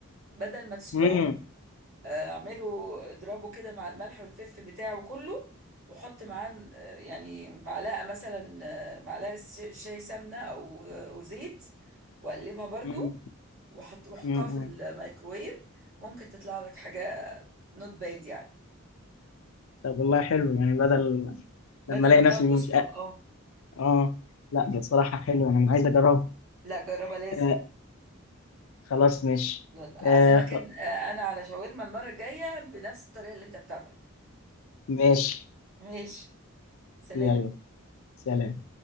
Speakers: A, on the right; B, on the left.
A: بدل ما تسلقه
B: مم،
A: آه، اعمله اضربه كده مع الملح والفلفل بتاعه كله وحط معاه آه، يعني معلقة مثلا آه، معلقة ش- شاي سمنة او أو زيت واقلبها برضو
B: مم،
A: وحط وحطها
B: مم،
A: في
B: مم.
A: الميكروويف ممكن تطلع لك حاجة نوت باد يعني
B: طب والله حلو يعني بدل
A: بدل
B: لما الاقي
A: ما تقعد
B: نفسي
A: تسلق
B: مش
A: اه
B: اه لا ده الصراحه حلو انا عايز اجربها
A: لا جربها لازم
B: آه، خلاص ماشي
A: يلا
B: آه،
A: اعزمك
B: خ-
A: إن- آه، انا على شاورما المره الجايه بنفس الطريقه اللي انت بتعملها
B: ماشي
A: ماشي سلام
B: يلا سلام